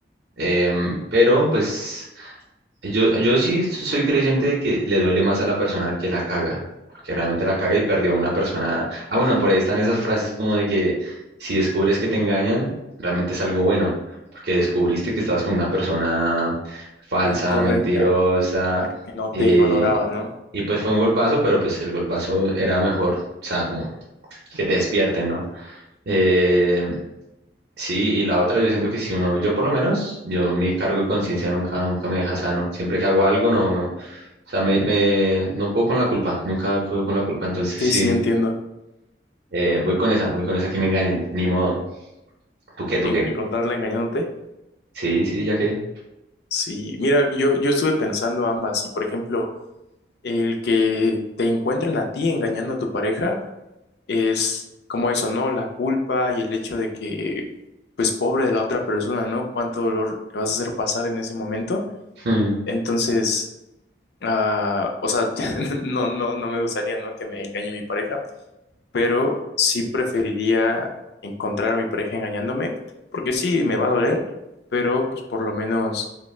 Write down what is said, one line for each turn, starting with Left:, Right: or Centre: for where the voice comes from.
Right: Em, pero pues Yo, yo sí soy creyente de que le duele más a la persona que la caga, porque realmente la caga y perdió a una persona. Ah, bueno, por ahí están esas frases como de que si descubres que te engañan, realmente es algo bueno, porque descubriste que estabas con una persona falsa,
Left: Incorrecta.
Right: mentirosa,
Left: Ajá, que no
Right: y,
Left: te valoraba, ¿no?
Right: y pues fue un golpazo, pero pues el golpazo era mejor, o sea, como que te despierten, ¿no? Eh, Sí, y la otra, yo siento que si uno, yo por lo menos, yo mi cargo y conciencia nunca, nunca me deja sano. Siempre que hago algo, no, no. O sea, me, me- no puedo con la culpa, nunca puedo con la culpa. Entonces
Left: Sí,
Right: sí,
Left: sí, entiendo.
Right: eh, voy con esa, voy con esa que me engañen, ni modo. ¿Tú qué, tú
Left: En,
Right: qué?
Left: encontrarla engañándote.
Right: Sí, sí, ya que.
Left: Sí, mira, yo, yo estuve pensando ambas. Y por ejemplo, el que te encuentren a ti engañando a tu pareja es como eso, ¿no? La culpa y el hecho de que, pues, pobre de la otra persona, ¿no? Cuánto dolor le vas a hacer pasar en ese momento.
Right: Hmm.
Left: Entonces, ah, o sea, <laughs> no, no, no me gustaría, ¿no? Que me engañe mi pareja pero sí preferiría encontrar a mi pareja engañándome, porque sí, me va a doler, pero pues por lo menos,